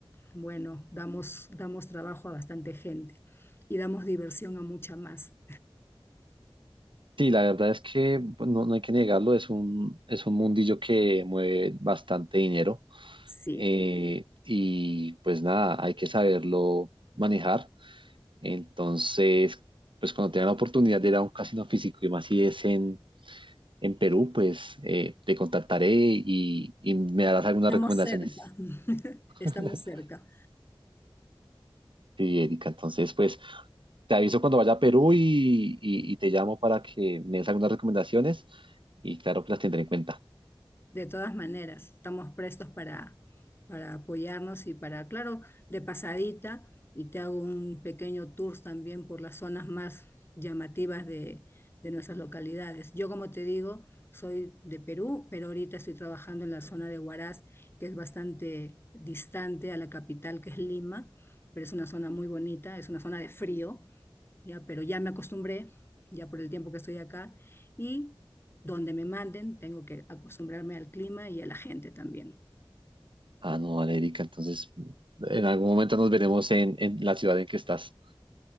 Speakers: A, on the left; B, on the right.
A: bueno, damos, damos trabajo a bastante gente y damos diversión a mucha más.
B: Sí, la verdad es que pues, no, no hay que negarlo, es un, es un mundillo que mueve bastante dinero.
A: Sí,
B: eh, y pues nada, hay que saberlo manejar. Entonces, pues cuando tenga la oportunidad de ir a un casino físico y más si es en, en Perú, pues eh, te contactaré y, y me darás algunas
A: estamos
B: recomendaciones.
A: cerca, <laughs>
B: <laughs>
A: estamos cerca.
B: Sí, Erika, entonces pues te aviso cuando vaya a Perú y, y- y te llamo para que me des algunas recomendaciones y claro que las tendré en cuenta.
A: De todas maneras, estamos prestos para, para apoyarnos y para, claro, de pasadita, y te hago un pequeño tour también por las zonas más llamativas de, de nuestras localidades. Yo, como te digo, soy de Perú, pero ahorita estoy trabajando en la zona de Huaraz, que es bastante distante a la capital, que es Lima, pero es una zona muy bonita, es una zona de frío, ya, pero ya me acostumbré, ya por el tiempo que estoy acá, y donde me manden, tengo que acostumbrarme al clima y a la gente también.
B: Ah, no, vale, Erika, entonces en algún momento nos veremos en, en la ciudad en que estás.